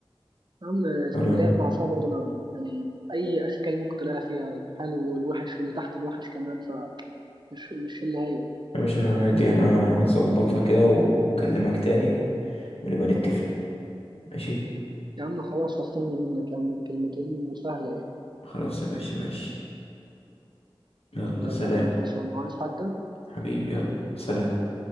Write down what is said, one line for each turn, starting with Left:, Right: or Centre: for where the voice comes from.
Right: أهم اسكندرية
Left: أنا
Right: بحسها برضه نار يعني أي أشكال ممكن تلاقيها فيها الحلو والوحش واللي تحت الوحش كمان فمش مش اللي هي
Left: يا باشا عادي أنا هظبطها كده وأكلمك تاني ونبقى نتفق ماشي؟
Right: يا عم خلاص هستنى منك يا عم الكلمتين وسهلة يعني
Left: خلاص يا باشا ماشي يلا
Right: يلا
Left: سلام
Right: يا عم خلصانة وعايز حاجة؟
Left: حبيبي يلا سلام